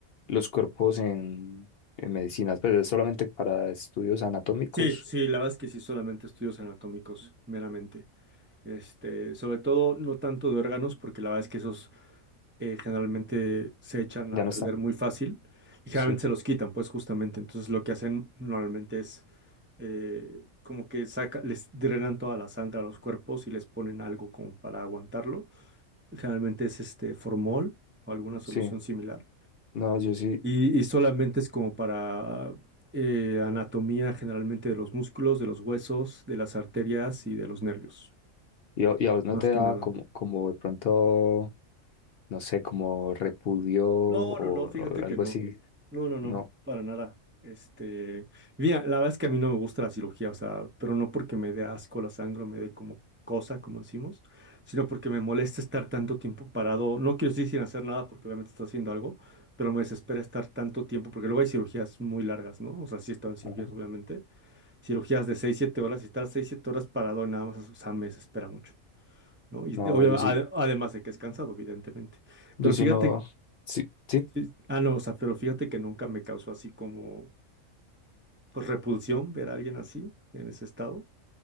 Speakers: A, on the left; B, on the right.
A: los cuerpos en, en medicinas? Pues es solamente para estudios anatómicos.
B: Sí, sí, la verdad es que sí, solamente estudios anatómicos, meramente. Este, sobre todo, no tanto de órganos, porque la verdad es que esos eh, generalmente se echan
A: Ya
B: a
A: no
B: perder
A: están.
B: muy fácil y generalmente
A: Sí,
B: se los quitan, pues justamente. Entonces lo que hacen normalmente es eh, como que saca, les drenan toda la sangre a los cuerpos y les ponen algo como para aguantarlo. Generalmente es este formol o alguna solución
A: sí.
B: similar.
A: No, yo sí.
B: Y, y solamente es como para eh, anatomía generalmente de los músculos, de los huesos, de las arterias y de los nervios,
A: ¿Y a, y a vos no
B: más
A: te
B: que
A: daba
B: nada.
A: como, como de pronto, no sé, como repudio o,
B: No, no, no,
A: o
B: fíjate
A: algo
B: que no.
A: así?
B: No, no, no,
A: No.
B: para nada. Este, mira, la verdad es que a mí no me gusta la cirugía, o sea, pero no porque me dé asco la sangre o me dé como cosa, como decimos, sino porque me molesta estar tanto tiempo parado. No quiero decir sin hacer nada porque obviamente está haciendo algo, pero me desespera estar tanto tiempo porque luego hay cirugías muy largas, ¿no? O sea, sí he estado en cirugías,
A: Ajá.
B: obviamente. Cirugías de seis, siete horas y estar 6, 7 horas parado nada más, o sea, me desespera mucho, ¿no? Y
A: No,
B: obviamente,
A: yo sí.
B: además de que es cansado, evidentemente.
A: Yo
B: Pero
A: sí
B: fíjate
A: no. Sí, sí.
B: Sí, Ah, no, o sea, pero fíjate que nunca me causó así como, pues, repulsión ver a alguien así, en ese estado.